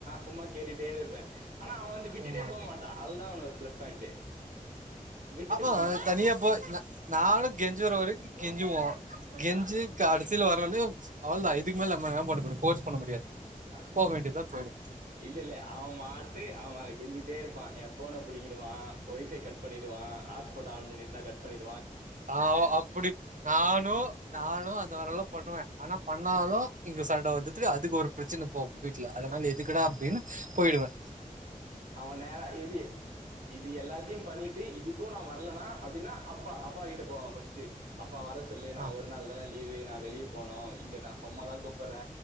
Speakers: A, on the right; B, on the right.
A: சும்மா கேட்டுட்டே இருப்பே ஆனா அவ வந்து விட்டுட்டே
B: ஆமா
A: போ மாட்டா அதுதா அவனோட பிளஸ் பாயிண்ட்டு விட்டுட்டு
B: ஆமா
A: போ மாட்டா
B: தனியா போ் ந நானு கெஞ்சுவர் வரைக் கெஞ்சுவோ கெஞ்சு
A: ஆ
B: காடுத் கடைசில வரலனு அவல்தா இதுக்கு மேல நம்ம பண்ண முடியும் ஃபோர்ஸ் பண்ண முடியாது
A: ஆஹ்
B: போக வேண்டியதுதான் போயிடுவோம்
A: இல்ல இல்ல அவன் மாட்லு அவ கெஞ்சிட்டே இருப்பா எ போன புடிக்கிடுவான் வை பை கட் பண்ணிடுவா ஹ்ட்ஸ்பாட் ஆன் பண்ணிருந்தா கட் பண்ணிட்
B: ஆ அவ அப்புடிப் நானு நானு அந்த மாரிலா பண்ணுவே ஆனாப் பண்ணாலு இங்கு சண்ட வந்துட்டியா அதுக்கு ஒர் பிரச்சன போகு வீட்டுல அதனால எதுக்குடா அப்டின் போயிடுவே
A: அவன் நேரா எது இது எல்லாத்தையும் பண்ணிட்டு இதுக்கு நா வரலனா அப்பிடின்னா அப்பா அப்பா கிட்ட போவா பஸ்ட்டு அப் ப்பா வர சொல்லு நா
B: ஆ
A: ஒரு நாள் தான லீவே நா வெளியி போனு இங்க நா சொம்ம தா கூப்புற